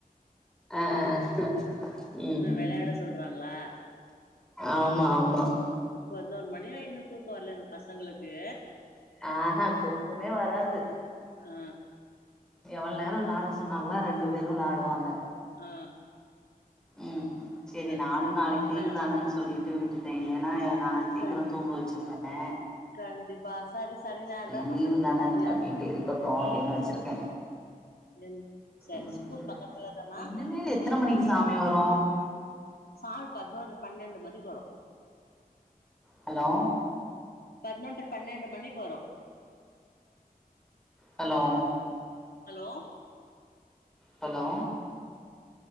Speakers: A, in the centre; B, on the left.
A: ஆ ஆ ஆ ம்
B: என்ன வெளயாட சொல்றாங்களா
A: ஆமா ஆமா
B: பதினோரு மணி ஆயி இன்னு தூக்க வர்ல இந்த பசங்களுக்கு
A: ஆஹெ தூக்கமே வராது
B: ஆ
A: எவ்ளோ நேர விளாட சொன்னாங்களோ ரெண்டு பேரு வ்ளாடுவாங்க
B: ஆ
A: ம் செரி
B: சரி
A: நானு
B: சரி
A: நாளைக்கி லீவு
B: ப
A: தானன்னு சொல்லிட்டு விட்டுட்டே இல்லேன்னா நா சீக்கிரம்
B: கண்
A: தூங்க வச்சுருவே
B: கண்டிப்பா சரி சரி
A: செரி
B: நேரந்தா
A: லீவு
B: பசங்க
A: தான
B: கொஞ்சோ ஃப்ரீயா
A: அப்டிட்டு இருக்கட்டு அப்டின்னு வச்சுருக்கே
B: ம் சரி
A: ம்
B: ஸ்கூல் பக்கத்துல தானா
A: இனிமேல் எத்தன மணிக்கு சாமி வரு
B: சாமி பதினோரு பன்னெண்டு மணிக்கு வரு
A: ஹலோ
B: பதினொன்ற பன்னெண்டு மணிக்கு வரு
A: hello
B: hello
A: hello